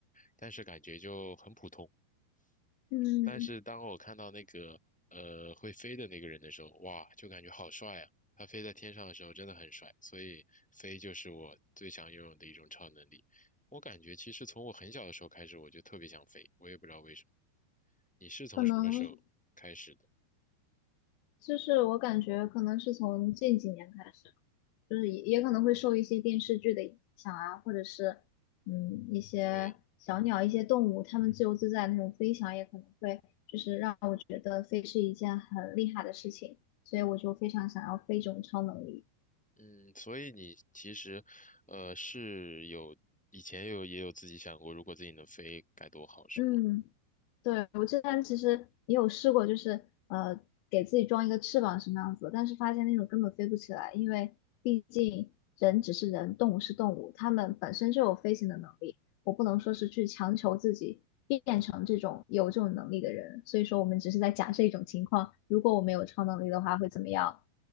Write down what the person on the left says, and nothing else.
嗯
可能就是我感觉可能是从近几年开始。就是也也可能会受一些电视剧的影响啊，或者是嗯一些小鸟、
一些动物，它们自由自在那种飞翔，也可能会就是让我觉得飞是一件很厉害的事情，所以我就非常想要飞这种超能力。
嗯。对，我之前其实也有试过，就是呃，给自己装一个翅膀什么样子的但是发现那种根本飞不起来，因为毕竟人只是人，动物是动物，它们本身就有飞行的能力，我不能说是去强求自己变成这种有这种能力的人。
所以说，我们只是在假设一种情况，如果我们有超能力的话会怎么样？